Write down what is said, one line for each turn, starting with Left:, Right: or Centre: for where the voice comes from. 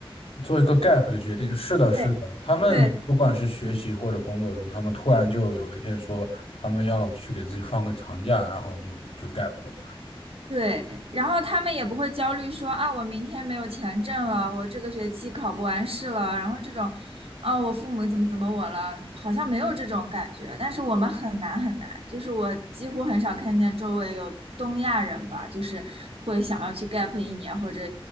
Left: 做一个 gap 的决定，是的，
Right: 对，
Left: 是的。他们不管是学习或者工作中，
Right: 对，
Left: 他们突然就有一天说他们要去给自己放个长假，然后就就 gap 了。
Right: 对，然后他们也不会焦虑说啊，我明天没有钱挣了，我这个学期考不完试了，然后这种，啊，我父母怎么怎么我了，好像没有这种感觉。但是我们很难很难，就是我几乎很少看见周围有东亚人吧，就是会想要去 gap 一年或者